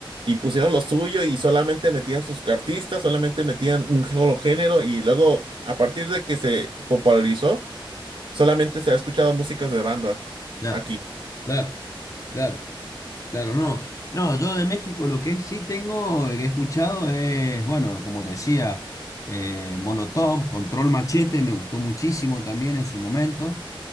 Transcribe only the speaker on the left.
Claro,
claro, claro, claro, no. No, yo de México lo que sí tengo, eh, que he escuchado es, bueno, como te decía, eh, Molotov, Control Machete, me gustó muchísimo también en su momento.